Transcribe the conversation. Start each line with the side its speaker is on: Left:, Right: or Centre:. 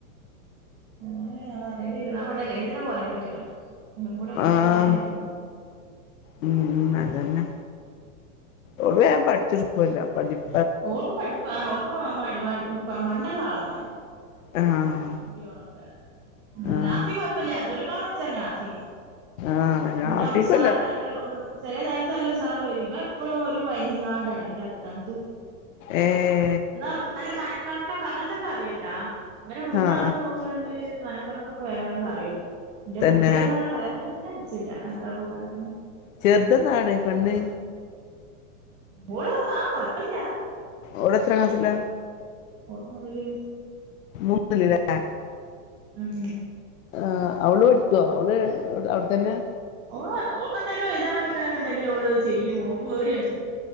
Right: <unintelligible> അത് അറീണില്ല ആ പെണ്ണ് അല്ലെങ്കി തന്നെ കോലം കെട്ട്ക്ക്ണ് <unintelligible>
Left: ആഹ്
Right: കൂടി തലേലേറ്റി
Left: ഉം അതന്നെ ഓള് വേം പഠിച്ചെടുക്കുവല്ലോ പഠിപ്
Right: ഓൾക്ക് പഠിപ്പാ ആഹ് ഓൾക്ക് മ മടി മടി പാ മണ്ടെള്ള ആളാണ്
Left: ആഹ്
Right: <unintelligible>
Left: ആഹ്
Right: നാഫി കൊഴപ്പില്ല്യാ അതുനെക്കാളും മെച്ചാ നാഫീ
Left: ആഹ്
Right: നല്ല
Left: ആഫിക്കല്ല
Right: ഉസാറ് അല്ലേ ഓള് ചെല നേരത്ത് നല്ല ഉസാറ്ല് വരിം ഇപെന് എപ്പളും ഒരു കൊഴഞ്ഞിങ്ങാണ്ടാണ് ഇൻ്റെ അ അദു
Left: ഏഹ്
Right: ന്നാ നല്ല മനക്കണ്ക്കൊക്ക അങ്ങൻത്തൊക്ക അറിയട്ടാ ഇവരെ മൂന്നാള്ലും
Left: ആഹ്
Right: നോക്കാണെ ങ്കില് മനക്കണക്കൊക്കെ വേം വേം പറയും ഇന്റെ
Left: തന്നെ
Right: മൂത്തേനൊന്നും അങ്ങനെ പറയാൻ തന്നെ ച്ചെല്ല്യാ <unintelligible> കൂട്ടാനു
Left: ചെറുതെന്താണ് പെണ്ണ്
Right: ഓള് ആഹ് കൊഴപ്പല്ല്യ
Left: ഓള് എത്രാ ക്ലാസ്സിലാ
Right: ഓള് മൂന്നില്
Left: മൂന്നില് ല്ലേ
Right: ഉം
Left: ആഹ് അവള് പഠിക്ക്യോ അവള് ഏടെ അവട് തന്നെ
Right: ഓളന്തോ ഓക്കെന്തേലും എഴ്താനും വായിക്കാനൊക്കണ്ടെങ്കില് ഓള് അഹ് ചെയ്യും ഓ പേടിയാണ്